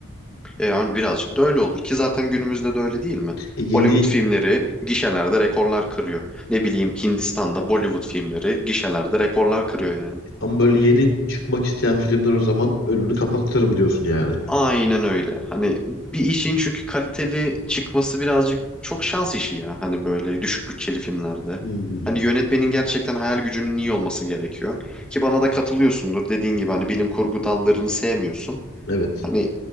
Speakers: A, in the centre; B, on the left.
A: E yani birazcık da öyle olur ki zaten günümüzde de öyle değil mi?
B: E yeni
A: Hollywood filmleri gişelerde rekorlar kırıyor. Ne bileyim Hindistan'da Bollywood filmleri gişelerde rekorlar kırıyor yani.
B: ama böyle yeni çıkmak isteyen filmler o zaman önünü kapatırım diyorsun yani.
A: Aynen öyle. Hani bir işin çünkü kaliteli çıkması birazcık çok şans işi ya. Hani böyle düşük bütçeli filmlerde.
B: Hmm,
A: Hani yönetmenin gerçekten hayal gücünün iyi olması gerekiyor. Ki bana da katılıyorsundur. Dediğin gibi hani bilim kurgu dallarını sevmiyorsun.
B: evet.
A: Hani